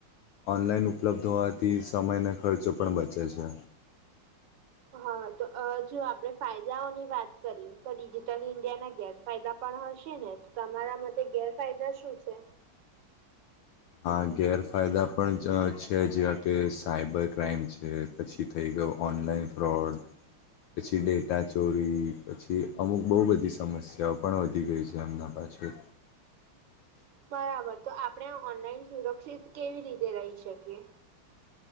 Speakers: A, on the left; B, on the right.
A: ઓનલાઈન ઉપલબ્ધ હોવાથી સમય અને ખર્ચો પણ બચે છે.
B: હા તો જો આપણેે ફાયદાઓની વાત કરી તો ડિજિટલ ઈન્ડિયાના ગેરફાયદા ફાયદા પણ હશે ને તો તમારા માટે ગેરફાયદા શું છે?
A: હા ગેરફાયદા પણ છે જેવા કે સાયબર ક્રાઈમ છે. પછી થઈ ગયો ઓનલાઈન ફ્રોડ. પછી ડેટા ચોરી પછી અમુક બહુ બધી સમસ્યાઓ પણ વધી ગઈ છે હમણાં. પછી
B: બરાબર, તો આપણે ઓનલાઈન સુરક્ષિત કેવી રીતે રહી શકીએ?